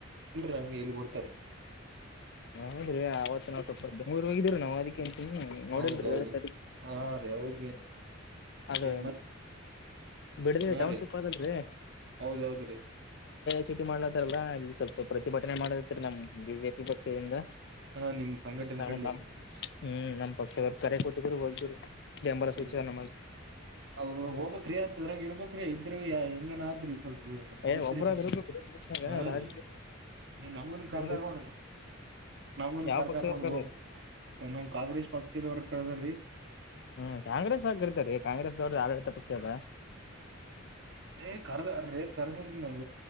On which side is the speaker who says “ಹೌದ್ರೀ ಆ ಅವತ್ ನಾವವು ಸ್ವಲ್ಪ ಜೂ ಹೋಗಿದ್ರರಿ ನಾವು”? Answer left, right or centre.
Left